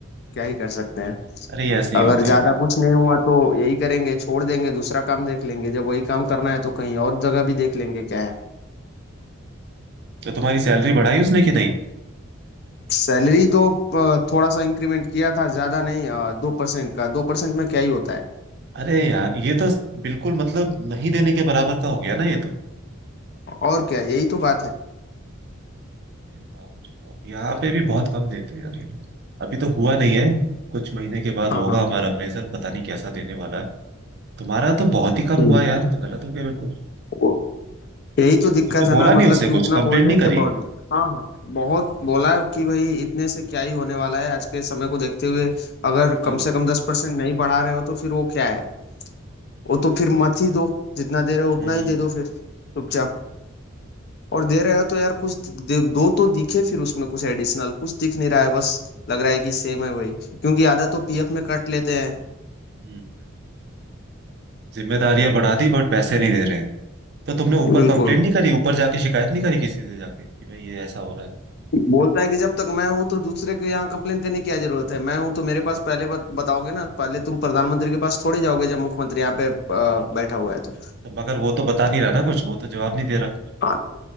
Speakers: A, on the left (about 50°); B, on the right (about 50°).
A: क्या ही कर सकते हैं
B: अरे ये ऐसे ही होते
A: अगर ज्यादा
B: हैं वो
A: कुछ नहीं हुआ तो यही करेंगे छोड़ देंगे दूसरा काम देख लेंगे जब वही काम करना है तो कहीं और जगह भी देख लेंगे क्या है
B: तो तुम्हारी सैलरी बढ़ाई उसने कि नहीं
A: सैलरी तो अ, थोड़ा सा इंक्रीमेंट किया था ज्यादा नहीं दो परसेंट का दो परसेंट में क्या ही होता है
B: अरे यार ये तो बिल्कुल मतलब नहीं देने के बराबर का हो गया ना ये तो
A: और क्या यही तो बात है
B: अरे बाप रे बाप यहाँ पे भी बहुत कम देते हैं यार ये लोग अभी तो हुआ नहीं है कुछ महीने के बाद
A: हाँ
B: होगा
A: हाँ
B: हमारा अप्रेजल पता नहीं कैसा देने वाला है तुम्हारा तो बहुत ही कम
A: हम्म।
B: हुआ यार तो गलत हो गया बिल्कुल
A: वो- यही तो दिक्कत
B: तुमने
A: है
B: बोला
A: ना
B: नहीं
A: मतलब
B: उसे
A: कि
B: कुछ
A: उतना
B: कंप्लेंट
A: बोलने
B: नहीं
A: के
B: करी
A: बावजूद हाँ हाँ बहुत बोला कि भाई इतने से क्या ही होने वाला है आज के समय को देखते हुए अगर
B: हाँ
A: कम
B: हाँ,
A: से कम दस परसेंट नहीं बढ़ा रहे हो तो फिर वो क्या है वो तो फिर मत ही दो जितना दे रहे हो उतना
B: हम्म
A: ही दे दो फिर चुपचाप और दे रहे हो तो यार कुछ दे, दो तो दिखे फिर उसमें कुछ एडिशनल कुछ दिख नहीं रहा है बस लग रहा है कि सेम है वही क्योंकि आधा तो पीएफ में कट लेते हैं
B: हम्म। जिम्मेदारियां बढ़ा दी बट पैसे नहीं दे रहे तो तुमने ऊपर
A: बिल्कुल
B: कंप्लेंट नहीं करी ऊपर जाके शिकायत नहीं करी किसी से जाके कि भाई ये ऐसा हो रहा है
A: बोलता है कि जब तक मैं हूं तो दूसरे के यहाँ कंप्लेन करने की क्या जरूरत है मैं हूं तो मेरे पास पहले बत, बताओगे ना पहले तुम प्रधानमंत्री के पास थोड़ी जाओगे जब मुख्यमंत्री यहाँ पे अ, बैठा हुआ है तो
B: तो मगर वो तो बता नहीं रहा ना कुछ वो तो जवाब नहीं दे रहा
A: हाँ